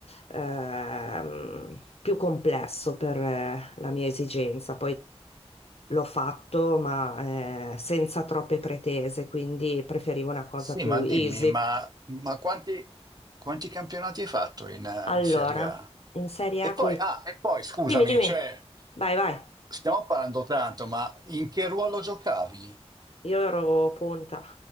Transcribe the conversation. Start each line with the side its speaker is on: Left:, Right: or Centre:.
Left: ehm, più complesso per, eh, la mia esigenza. Poi L'ho fatto, ma eh, senza troppe pretese, quindi preferivo una cosa
Right: Sì,
Left: più
Right: ma
Left: easy.
Right: dimmi, ma, ma quanti, quanti campionati hai fatto in, eh,
Left: Allora,
Right: in Serie A?
Left: in Serie
Right: E
Left: A
Right: poi,
Left: col
Right: ah, e poi scusami,
Left: Dimmi, dimmi.
Right: cioè,
Left: Vai, vai.
Right: stiamo parlando tanto, ma in che ruolo giocavi?
Left: Io ero punta,